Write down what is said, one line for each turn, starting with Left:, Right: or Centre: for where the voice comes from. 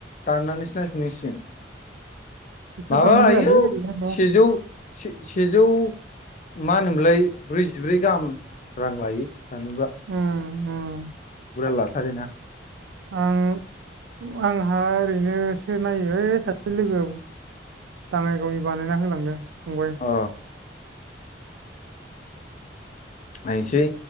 Left: दाननानैसो नायफिन नांसिगोन।
Right: फैसा
Left: माबा
Right: दाननांलायालै
Left: लायो
Right: ओरैनो
Left: सेजौ से-से-सेजौ मा होनोमोनलाय ब्रैजिब्रै गाहाम रां लायो जानोबा।
Right: उम उम।
Left: बुरजा लाथारोना।
Right: आं आंहा ओरैनोसो नायो ओइ सा से लोगोआ दाङाइगावनि बानायना होलांदों फंबाय।
Left: अ। नायसै